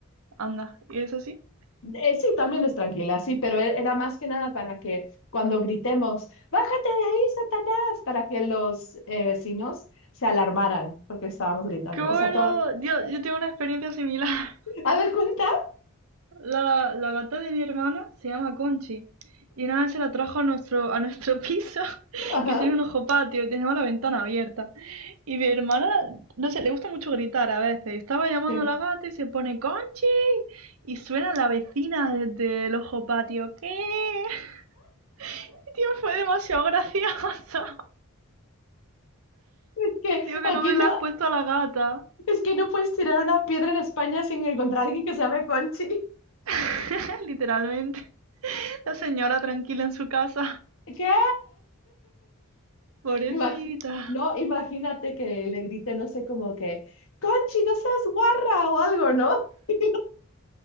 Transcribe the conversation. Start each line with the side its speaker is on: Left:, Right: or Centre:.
Right: Anda, ¿y eso sí?
Left: Eh, sí, también es tranquila, sí, pero e- era más que nada para que cuando gritemos, bájate de ahí, Satanás, para que los eh, vecinos se alarmaran porque estábamos gritando.
Right: ¡Qué bueno!
Left: O sea, todo.
Right: Dios, yo tengo una experiencia similar. <laughs>
Left: A ver, cuenta.
Right: La, la gata de mi hermana se llama Conchi. Y una vez se la trajo a nuestro, a nuestro <laughs> piso,
Left: Ajá.
Right: que tiene un ojo patio y tenemos la ventana abierta. Y mi hermana, no sé, le gusta mucho gritar a veces. Estaba llamando
Left: sí.
Right: a la gata y se pone Conchi. Y suena la vecina desde el ojo patio. ¿Qué? <laughs> Tío, fue demasiado gracioso.
Left: Es que
Right: Yo, tío, ¿qué
Left: aquí
Right: nombre
Left: no,
Right: le has puesto a la gata?
Left: es que no puedes tirar una piedra en España sin encontrar a alguien que se llame Conchi.
Right: <laughs> Literalmente. La señora tranquila en su casa.
Left: <laughs> ¿Qué?
Right: Pobrecita.
Left: Imagi- no, imagínate que le grite, no sé, como que, Conchi, no seas guarra o algo, ¿no? <laughs>